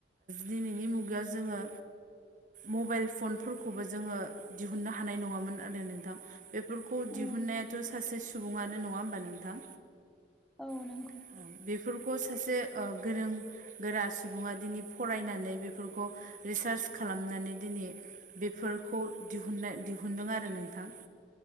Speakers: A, on the right (about 50°); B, in the centre.
A: दिनैनि मुगायाव जोङो मबाइल फनफोरखौबो जोङो दिहुननो हानाय नङामोन आरो नो थां बेफोरखौ
B: उम
A: दिहुननायाथ' सासे सुबुङनो नङा होमबा नोंथां?
B: औ नंगौ
A: <inaudible> बेफोरखौ सासे गोरों गोरा सुबुङा दिनै फरायनानै बेफोरखौ रिसार्च खालामनानै दिनै बेफोरखौ दिहुननाय दिहुनदों आरो नोंथां।